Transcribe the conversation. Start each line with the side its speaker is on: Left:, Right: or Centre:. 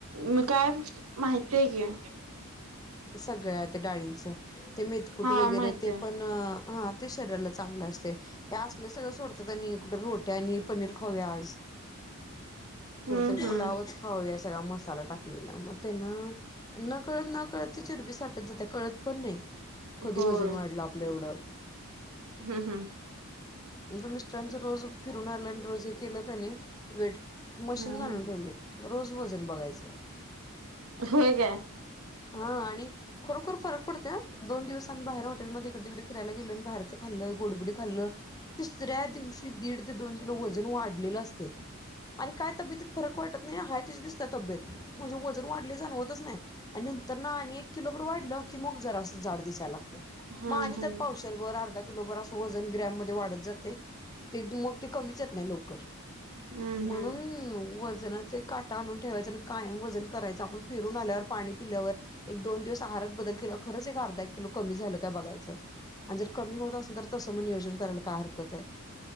Right: मे काय माहितेय की.
Left: सगळ्या त्या डाळींचं. ते मेथकूट
Right: हा
Left: वगैरे
Right: माहित
Left: ते
Right: आहे
Left: पण ह ते शरीराला चांगलं असतेय. हे असलं सगळं सोडतात. आणि कुठं रोट्या आणि पनीर खाऊया आज. कुठतरी
Right: हम्म हम्म
Left: पुुलावच खाउया सगळा मसाला टाकलेला. म त्यानं नकळत नकळत चिरबी साठत जाते. कळत पण नाही. कधी
Right: होय
Left: वजन वाढलं आपलं एवढं.
Right: हम्म हम्म.
Left: म तो मिस्टरांच रोज फिरून आलं आणि रोज हे केलं का नाही वेट मशीन
Right: हम्म
Left: आणुन ठेवलय. रोज वजन बघायचं.
Right: होय काय?
Left: हा आणि खरोखर फरक पडते अ. दोन दिवस आम्ही बाहेर हॉटेलमध्ये इकडे तिकडे फिरायला गेलो. बाहेरच खाल्लं. गोडीबीडी खाल्लं तिसऱ्या दिवशी दीड ते दोन किलो वजन वाढलेलं असतय. आणि काय तब्यतीत फरक वाटत नाही. हाय तशीच दिसते तब्येत. म्हणजे वजन वाढलय जाणवतच नाय. आणि नंतर ना आणि एक किलो भर वाढलं की मग जरा असं जाड दिसायला लागते.
Right: हम्म
Left: मग आणि
Right: हम्म
Left: त्यात पावशे भर अर्धा किलोर भर असं वजन ग्रॅममध्ये वाढत जात. ते. ते मग कमीच येत नाही लवकर.
Right: हम्म
Left: म्हणून
Right: हम्म
Left: वज चा एक काटा आणून ठेवायचा. आणि कायम वजन करायचं. आपण फिरून आल्यावर. पाणी पिल्यावर. एक दोन दिवस आहारात बदल केला वर. खरंच एक अर्धा एक किलो कमी झालं काय बघायचं. आणि जर कमी होत असल त. तसं मग नियोजन करायला काय हारकत आहे.